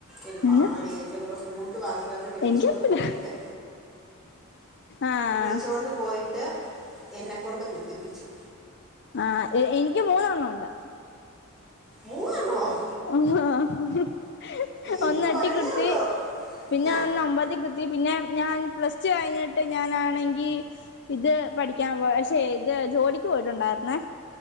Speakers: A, in the centre; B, on the left.
A: എടി വാടി
B: എന്ന്
A: എന്റെ കൂടെ കൂട്ട് വാന്നും പറഞ്ഞ് വിളിച്ചൊണ്ട്
B: എനിക്കറിയത്തില്ല
A: പോയിട്ട്
B: ആഹ്
A: വിളിച്ചോണ്ട് പോയിട്ട് എന്നെ കൊണ്ട് കുത്തിപ്പിച്ചു
B: ആഹ് എ എനിക്ക് മൂന്നെണ്ണം ഉണ്ട്
A: മൂന്നെണ്ണോ
B: ആഹ്
A: എനിക്ക്
B: ഒന്നെട്ടീ
A: ഒരെണ്ണേ
B: കുത്തി
A: ഉള്ളൂ
B: പിന്നെ
A: ആ
B: ഒന്ന് ഒമ്പത്തീ കു തി പിന്നെ ഞാൻ പ്ലസ് ടു കഴിഞ്ഞിട്ട് ഞാനാണെങ്കി ഇത് പഠിക്കാൻ പോ പക്ഷെ ഇത് ജോലിക്ക് പോയിട്ടുണ്ടായിരുന്നേ